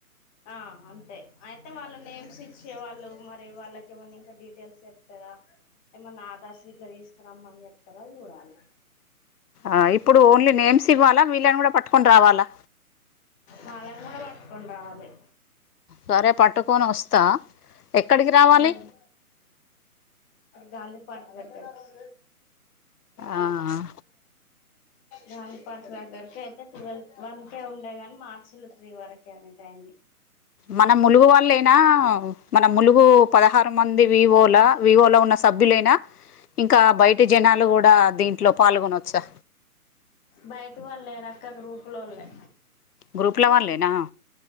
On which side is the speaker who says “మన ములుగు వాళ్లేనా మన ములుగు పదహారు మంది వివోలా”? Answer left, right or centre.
Left